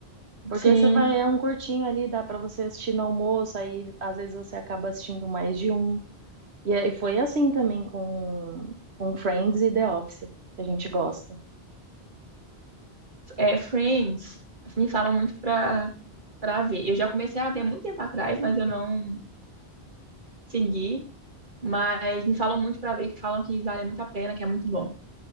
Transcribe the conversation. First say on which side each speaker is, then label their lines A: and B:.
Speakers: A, on the right; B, on the right.
A: Porque
B: Sim,
A: você vai, é um curtinho ali, dá pra você assistir no almoço, aí às vezes você acaba assistindo mais de um. E, é- e foi assim também com, com Friends e The Office, que a gente gosta.
B: é, Friends, me falam muito pra, pra ver. Eu já comecei a ver há muito tempo atrás, mas eu não segui. Mas me falam muito para ver, que falam que vale muito a pena, que é muito bom.